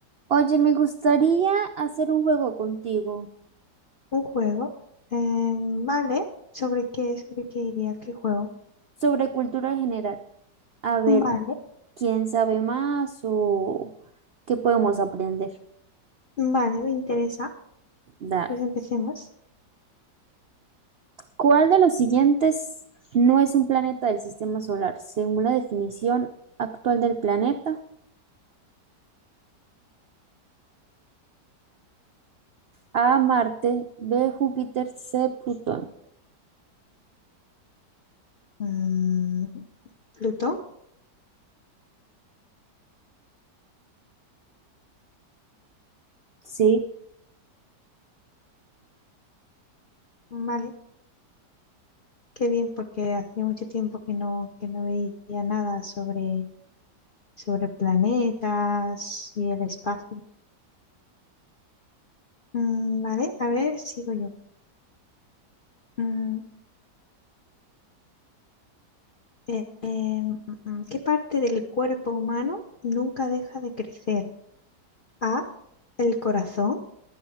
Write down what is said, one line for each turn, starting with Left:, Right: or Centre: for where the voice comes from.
Right: Oye, me gustaría hacer un juego contigo
Left: Un juego. Em, vale. ¿Sobre qué? ¿Sobre qué iría? ¿Qué juego?
Right: sobre cultura general. A ver,
Left: Vale.
Right: ¿quién sabe más o qué podemos aprender?
Left: Vale, me interesa.
Right: Da.
Left: Pues empecemos.
Right: ¿Cuál de los siguientes no es un planeta del sistema solar? Según la definición actual del planeta, A, Marte, B, Júpiter, C, Plutón.
Left: Mm, Plutón.
Right: Sí,
Left: Vale. Qué bien, porque hacía mucho tiempo que no, que no veía nada sobre, sobre planetas y el espacio. Mm, vale. A ver, sigo yo. Mm, eh, em, mm, mm, ¿qué parte del cuerpo humano nunca deja de crecer? A. El corazón.